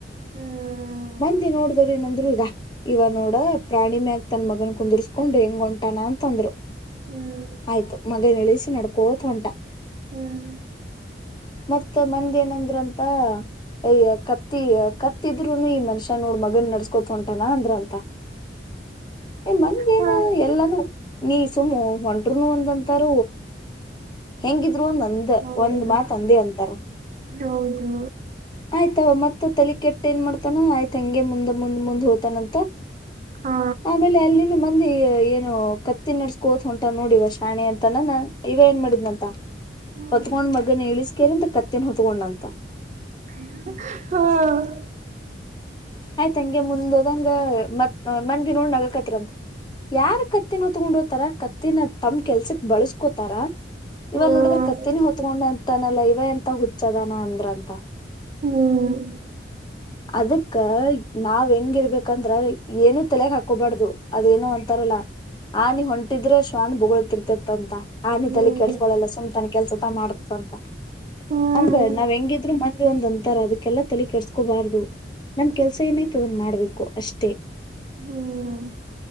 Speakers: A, on the right; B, on the left.
A: ಹ್ಮ್
B: ಮಂದಿ ನೋಡಿದ್ರ ಏನಂದ್ರರು. ಇವ ನೋಡ ಪ್ರಾಣಿ ಮ್ಯಾ ತನ್ ಮಗನ್ ಕುಂದರ್ಸ್ಕೊಂಡ್ ಹೆಂಗ ಹೊಂಟಾನ ಅಂತಂದ್ರು
A: ಹ್ಮ್ ಹ್ಮ್
B: ಆಯ್ತು ಮಗ ಹೇಳ ನಡ್ಕೊಂತ ಒರಟ
A: ಹ್ಮ್
B: ಮತ್ತ ಬಂಧ ಏನಂದ್ರಂತ ಅಯ ಕತ್ತಿ ಕತ್ತಿದ್ರುನು ಮನ್ಷನ್ ನೋಡು ಮಗನ್ ಕುತ್ ಹೊಂಟಾನ ಅಂದ್ರ ಅಂತ ಮಂದೇನ
A: ಹಾ
B: ಎಲ್ಲಾನೂ ನೀ ಸುಮು ಹೊಂಟರುನು ಒಂದಂತಾರ ಹೆಂಗಿದ <unintelligible> ಒಂದಂದ
A: ಹೌದು
B: ಒಂದ್ ಮಾತ್ ಅಂದೇ ಅಂತಾರ
A: ಹೌದು
B: ಆಯ್ತ ಮತ್ ತಲ ಕೆೆಟ್ಟ ಏನ್ ಮಾಡ್ತಾನ ಆಯ್ತ ಹಂಗೆ ಮುಂದ್ ಮುಂದ್ ಮುಂದ್ ಹೋತಾನಂತ
A: ಹಾ
B: ಆಮೇಲೆ ಅಲ್ಲಿನ ಮಂದಿ ಏನು ಕತ್ತಿ ನಡ್ಸ್ಕೋದು ಹೊಂಟ ನೋಡಿವ ಶಾಣೆ ಅಂತ ನಾ ಇವ ಏನ್ ಮಾಡಿದ್ನಂತ
A: ಹ್ಮ್
B: ಹೋತ್ಕೊಂಡ್ ಮಗನ ಇಳಿಸಿ ಕೇರಿಂದ ಮತ್ತ ಕೊಂಡಂತ
A: ಹ್ಮ
B: ಆಯ್ತ್ ಹಂಗೆ ಮುಂದ್ ಹೋದಂಗ ಮತ್ ಮಂದಿ ನೋಡ್ ನಗ ಕತ್ರಂತ ಯಾರ ಕತ್ತಿನ ತೊಗೊಂಡ್ ಹೋಗ್ತಾರ ತಮ್ಮ್ ಕೆಲ್ಸಕ್ ಬಳಸ ಕೋತಾರ
A: ಹ್ಮ್
B: ಇವಾಗ ನೋಡಿದ್ರೆ ಕತ್ತೆನ ಹೊತ್ಕೊಂಡ ತನಲ್ಲ ಇವ ಎಂತ ಹುಚ್ಚದಾನ ಅಂದ್ರ ಅಂತ
A: ಹ್ಮ್
B: ಅದಕ್ಕ ನಾವ್ ಹೆಂಗಿರ್ಬೇಕಂದ್ರ ಏನು ತಲೆಗ್ ಹಾಕೋಬಾರ್ದು ಅದೇನೋ ತರಲ ಆನೆ ಹೊಂಟಿದ್ರೆ ಶ್ವಾನ ಬೋಗಳ್ತಿರ್ತತ ಅಂತ ಆನೆ
A: ಹ್ಮ್
B: ತಲಿ ಕೆಡಸ್ಕೊಳಲ್ಲ ಸುಮ್ತಾನ ಕೆಲ್ಸತ ಮಾಡ್ತಂತ
A: ಹ್ಮ್
B: ಅಂದ ನಾವ್ ಹೆಂಗಿದ್ರು ಮ ಇ ಒಂದ್ ಅಂತರ ಅದಕ್ಕೆಲ್ಲ ತಲಿ ಕೆಡಿಸಸ್ಕೋಬಾರ್ದು ನಮ್ ಕೆಲ್ಸ ಏನೈತ ಅದನ್ ಮಾಡ್ಬೇಕು ಅಷ್ಟೇ
A: ಹ್ಮ್